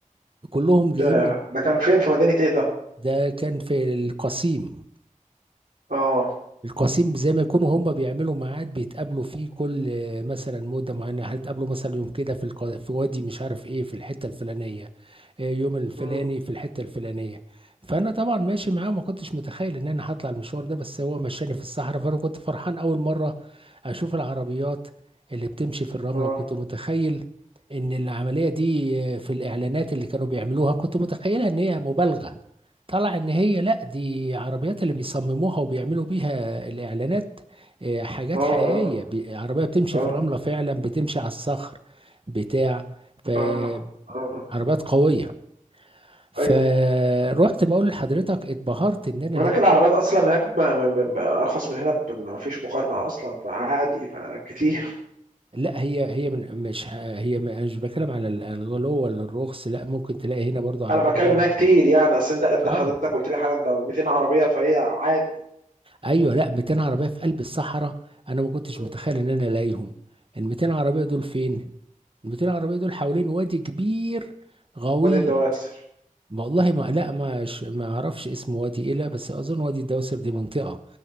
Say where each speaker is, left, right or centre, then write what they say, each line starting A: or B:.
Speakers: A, on the right (about 40°); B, on the right (about 85°).
A: كلهم جايين
B: ده
A: من
B: ده كان فين في مدينة ايه ده
A: ده كان في القصيم
B: اه
A: القصيم زي ما يكونوا هم بيعملوا ميعاد بيتقابلوا فيه كل آه، مثلا مدة معينة هتقابلوا مثلا يوم كده في الق... في وادي مش عارف ايه في الحتة الفلانية آه، يوم الفلاني
B: مم.
A: في الحتة الفلانية فأنا طبعا ماشي معاه وما كنتش متخيل إن أنا هطلع المشوار ده بس هو مشاني في الصحراء فأنا كنت فرحان أول مرة أشوف العربيات اللي بتمشي في الرملة
B: اه
A: وكنت متخيل إن العملية دي آه، في الإعلانات اللي كانوا بيعملوها كنت متخيلها إن هي مبالغة طلع إن هي لأ دي عربيات اللي بيصمموها وبيعملوا بيها الإعلانات آه، حاجات
B: اه
A: حقيقية بي- عربية بتمشي
B: اه
A: في
B: اه
A: الرملة فعلا بتمشي على الصخر بتاع فعربيات
B: اه اه
A: قوية فروحت
B: ايوه
A: بقول لحضرتك اتبهرت ان انا
B: هناك
A: لقيت
B: العربيات اصلا هناك ما- ما- ما- ما ارخص من هنا ب- ما فيش مقارنه اصلا فعادي ما كتير
A: لا هي هي من مش ه- هي م- أنا مش بتكلم على ال- الغلو ولا الرخص لا ممكن تلاقي هنا
B: <laughs>
A: برضو عربيات
B: انا بتكلم
A: غاليه
B: انها كتير
A: كتير
B: يعني اصل انت انت
A: اه
B: حضرتك قلت لي حالا ده 200 عربيه فهي عادي
A: ايوه لا 200 عربيه في قلب الصحراء انا ما كنتش
B: مم.
A: متخيل ان انا الاقيهم ال 200 عربيه دول
B: مم.
A: فين ال 200 عربيه دول حوالين وادي كبير غويط
B: وادي الدواسر
A: ما والله ما لا ما ش- ما اعرفش اسم وادي ايه لا بس اظن وادي الدوسر دي منطقه